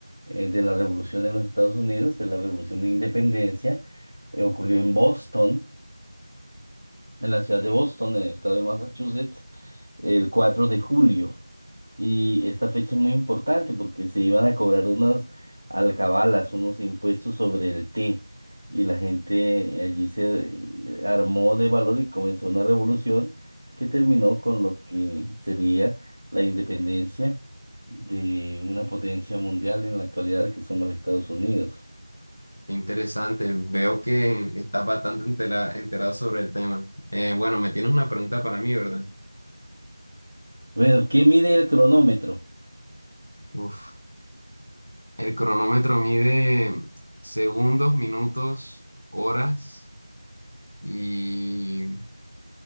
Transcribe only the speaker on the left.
qué interesante. Veo que estás bastante entera- enterado sobre el tema. Eh, bueno, me tienes una pregunta para mí, ¿verdad?
Uf. El cronómetro mide segundos, minutos, horas y